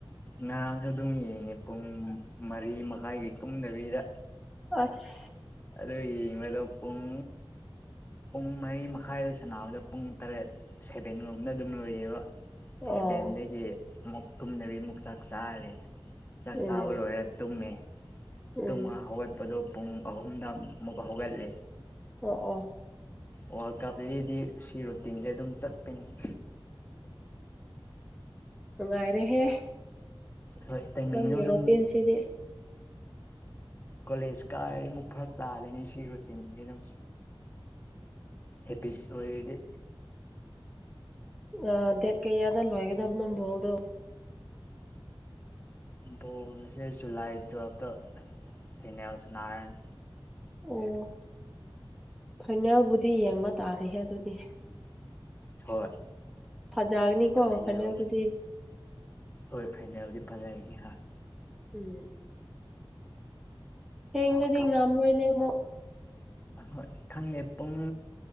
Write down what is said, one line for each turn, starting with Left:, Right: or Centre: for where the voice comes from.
Left: ꯉꯔꯥꯡꯁꯨ ꯑꯗꯨꯝ ꯌꯦꯡꯉꯦ ꯄꯨꯡ ꯃꯔꯤ ꯃꯈꯥꯏꯒꯤ ꯇꯨꯝꯗꯕꯤꯗ
Centre: ꯑꯁ
Left: ꯑꯗꯣ ꯌꯦꯡꯕꯗꯣ ꯄꯨꯡ ꯄꯨꯡ ꯃꯔꯤ ꯃꯈꯥꯏꯗ ꯁꯥꯟꯅꯕꯗ ꯄꯨꯡ ꯇꯔꯦꯠ ꯁꯦꯚꯦꯟꯒꯨꯝꯕꯅ ꯑꯗꯨꯝ ꯂꯣꯏꯌꯦꯕ
Centre: ꯑꯣ
Left: ꯁꯚꯦꯟꯗꯒꯤ ꯑꯃꯨꯛ ꯇꯨꯝꯗꯕꯤ ꯑꯃꯨꯛ ꯆꯥꯛ ꯆꯥꯔꯦ ꯆꯥꯛ
Centre: ꯎꯝ
Left: ꯆꯥꯕ ꯂꯣꯏꯔ ꯇꯨꯝꯃꯦ
Centre: ꯎꯝ
Left: ꯇꯨꯝꯉꯒ ꯍꯧꯒꯠꯄꯗꯨ ꯄꯨꯡ ꯑꯍꯨꯝꯗ ꯑꯃꯨꯛ ꯍꯧꯒꯠꯂꯤ
Centre: ꯑꯣ ꯑꯣ
Left: ꯋꯥꯔꯜ ꯀꯞꯇꯗꯤꯗꯤ ꯁꯤ ꯔꯨꯇꯤꯟꯁꯦ ꯑꯗꯨꯝ ꯆꯠꯄꯅꯤꯍꯦ
Centre: ꯅꯨꯡꯉꯥꯏꯔꯦꯍꯦ
Left: ꯍꯣꯏ ꯇꯩꯃꯤꯡꯗꯣ
Centre: ꯅꯪꯒꯤ
Left: ꯑꯗꯨꯝ
Centre: ꯔꯣꯇꯤꯟꯁꯤꯗꯤ <inaudible>
Left: ꯀꯣꯂꯦꯖ ꯀꯥꯔꯗꯤ ꯑꯃꯨꯛ ꯐꯔꯛ ꯇꯥꯗꯣꯏꯅꯤ ꯁꯤ ꯔꯨꯇꯤꯟꯁ ꯑꯗꯨꯝ ꯍꯦꯕꯤꯠ ꯑꯣꯏꯔꯗꯤ
Centre: ꯑ ꯗꯦꯠ ꯀꯩꯌꯥꯗ ꯂꯣꯏꯒꯗꯕꯅꯣ ꯕꯣꯜꯗꯣ
Left: ꯕꯣꯜꯁꯦ ꯖꯨꯂꯥꯏ ꯇꯨꯋꯜꯐꯇ ꯐꯥꯏꯅꯦꯜ ꯁꯥꯅꯥꯔꯅꯤ
Centre: ꯑꯣ ꯐꯥꯏꯅꯦꯜꯕꯨꯗꯤ ꯌꯦꯡꯕ ꯇꯥꯔꯦꯍꯦ ꯑꯗꯨꯗꯤ
Left: ꯍꯣꯏ
Centre: ꯐꯖꯒꯅꯤꯀꯣ
Left: ꯐꯥꯏꯅꯦꯜꯕꯨꯗꯤ
Centre: ꯐꯥꯏꯅꯦꯜꯗꯨꯗꯤ
Left: ꯍꫭꯏ ꯐꯥꯏꯅꯦꯜꯗꯤ ꯐꯖꯍꯟꯅꯤꯉꯤ ꯍꯥ
Centre: ꯎꯝ ꯊꯦꯡꯂꯗꯤ
Left: ꯋꯥꯔꯜ
Centre: ꯉꯝꯃꯣꯏꯅꯦ ꯑꯃꯨꯛ
Left: ꯑ ꯍꫭꯏ ꯈꯪꯗꯦ ꯄꯨꯡ